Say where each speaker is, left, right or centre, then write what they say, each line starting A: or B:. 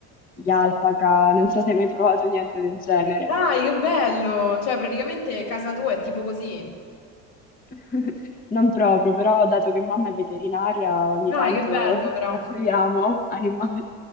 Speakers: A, on the left; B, on the left.
A: gli alpaca, non so se hai mai provato niente del genere.
B: Dai, che bello! Cioè, praticamente casa tua è tipo così.
A: <laughs> Non proprio, però dato che mamma è veterinaria, ogni
B: Dai,
A: tanto
B: che bello
A: <laughs>
B: però.
A: raccogliamo animali.